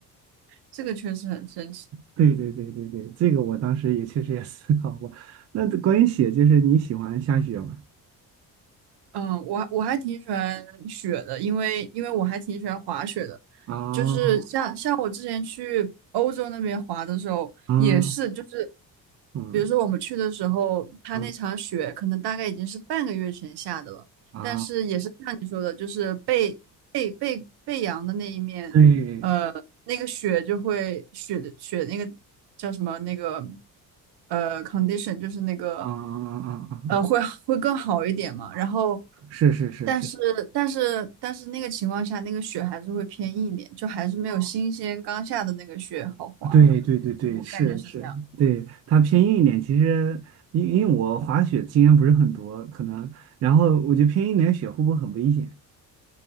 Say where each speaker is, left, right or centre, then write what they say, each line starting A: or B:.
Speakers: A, on the right (about 55°); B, on the right (about 35°).
A: 这个确实很神奇。
B: 对对对对对，这个我当时也确实也 <laughs> 思考过。那关于雪，就是你喜欢下雪吗？
A: 嗯，我我还挺喜欢雪的，因为因为我还挺喜欢滑雪的，
B: 啊
A: 就是像像我之前去欧洲那边滑的时候，
B: 啊
A: 也是就是，
B: 嗯
A: 比如说我们去的时候，它那场雪可能大概已经是半个月前下的了，
B: 嗯啊，
A: 但是也是像你说的，
B: 啊
A: 就是被被被被阳的那一面
B: 对
A: 那个雪就会雪的雪那个叫什么那个呃 condition 就是那个
B: 啊啊啊啊啊，
A: 呃会会更好一点嘛。
B: 啊啊
A: 然后，
B: 是是是是。
A: 但是但是但是那个情况下，那个雪还是会偏硬一点，就还是没有新鲜刚下的那个雪好滑。
B: 哦对对对对，
A: 就我感觉是这样，
B: 是是，对，它偏硬一点。其实，因因为我滑雪经验不是很多，可能，然后我觉得偏硬一点雪会不会很危险？